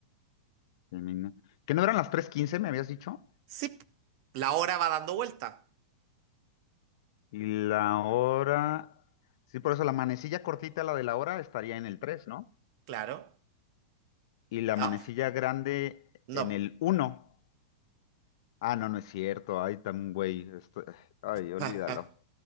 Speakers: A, on the left (about 60°); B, on the right (about 45°).
A: El minu- ¿Que no eran las tres quince me habías dicho?
B: Sí, p- la hora va dando vuelta.
A: Y la hora... Sí, por eso la manecilla cortita, la de la hora, estaría en el 3, ¿no?
B: Claro.
A: y la
B: La-
A: manecilla grande
B: No,
A: en el
B: po.
A: uno Ah, no, no es cierto. Ay, tan güey. esto- Ay, olvídalo.
B: <laughs>